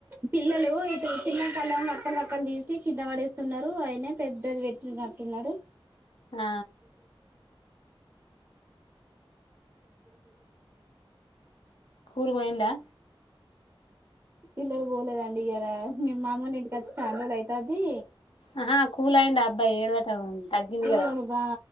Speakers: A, on the right; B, on the left.
A: పిల్లలు ఇటు పిల్లం కళ్ళం వక్కలు వక్కలు వక్కలు తీసి కింద పడేస్తున్నారు అయినే పెద్దది పెట్టి కట్టున్నాడు
B: ఆ కూరుపోయిందా
A: పిల్లలు పోలేదండి ఇయ్యాల మేం మా అమ్మ ఒళ్ళు ఇంటికి వచ్చి బాగా రోజులు అయితది
B: ఆహా కూల అయిండ అబ్బాయి ఏడవటం తగ్గింది
A: తీ
B: కదా
A: అడు బా